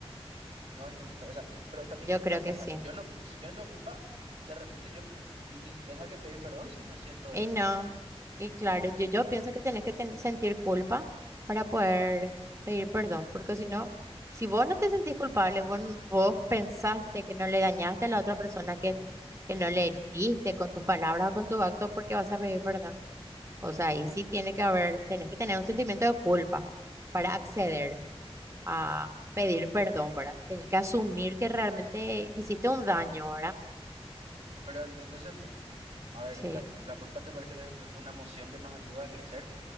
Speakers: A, on the right; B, on the right.
A: no es necesario. O sea, pero también,
B: Yo
A: ¿qué pasa?
B: creo que
A: O sea,
B: sí.
A: si yo no, si yo no tengo culpa, de repente yo n- ni tenga que pedir perdón si no siento
B: Y
A: eso.
B: no, y claro, yo, yo pienso que tienes que ten- sentir culpa para poder pedir perdón, porque si no, si vos no te sentís culpable, vos, vos pensaste que no le dañaste a la otra persona, que, que no le heriste con tus palabras o con tu acto, ¿por qué vas a pedir perdón? O sea, ahí sí tiene que haber, tenés que tener un sentimiento de culpa para
A: Ujú.
B: acceder a pedir perdón, ¿verdad? Tenés que asumir que realmente hiciste un daño, ¿verdad?
A: Pero en- entonces, a ver,
B: Sí.
A: ¿la, cu- la culpa te parece que es entonces una emoción que nos ayuda a crecer